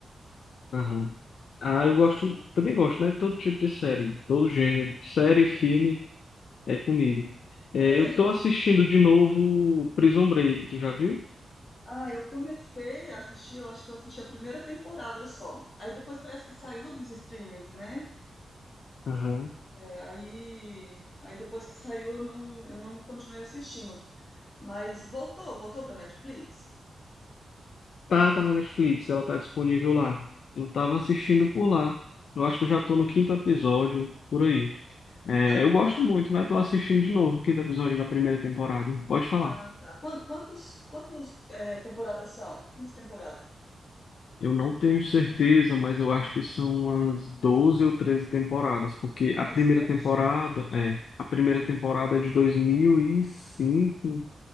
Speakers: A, on the left; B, on the left.
A: Aham. Ah, eu gosto, também gosto, né? Todo tipo de série, todo gênero. Série, filme, é comigo. É,
B: É,
A: eu tô assistindo de novo Prison Break, tu já viu?
B: Ah, eu comecei a assistir, eu acho que eu assisti a primeira temporada só. Aí depois parece que saiu dos streams, né?
A: Aham.
B: É, aí, aí depois que saiu, eu não, eu não continuei assistindo. Mas voltou, voltou pra Netflix?
A: Tá, tá na Netflix, ela tá disponível lá. Eu tava assistindo por lá. Eu acho que eu já tô no quinto episódio, por aí. É,
B: Qua-
A: eu gosto
B: qua-
A: muito, mas tô assistindo de novo o quinto episódio da primeira temporada. Pode falar.
B: ah, tá. Quan- Quantos, quantos, é, temporadas são? Quantas temporadas?
A: Eu não tenho certeza, mas eu acho que são umas 12 ou 13 temporadas, porque a
B: Bastante.
A: primeira temporada é, a primeira temporada é de 2005.